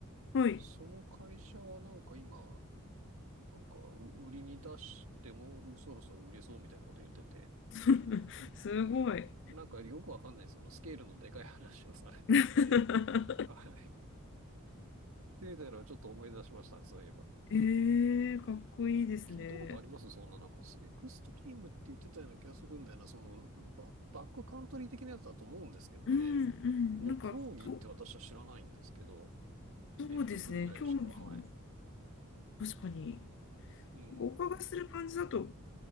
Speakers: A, on the left (about 60°); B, on the right (about 70°).
A: はい。
B: その会社はなんか今、なんかう売りに出してもうそろそろ売れそうみたいなこと言ってて、
A: <laughs> すごい。
B: なんかよくわかんないそのスケールのでかい話をされていて、
A: <laughs>
B: <laughs> はい。でみたいなのをちょっと思い出しましたね、そういえば。
A: ええ、かっこいいですね。
B: 聞いたことありますそんななんか、エクストリームって言ってたような気がするんだよな、そのバ、バックカントリー的なやつだと思うんですけどね。
A: うんう
B: の競技って私は知らないんですけど、
A: ん。なんか、こうそうですね。
B: レッドブルぐらいしか、
A: 競技も
B: はい。
A: 確かに。
B: うん。
A: お伺いする感じだと、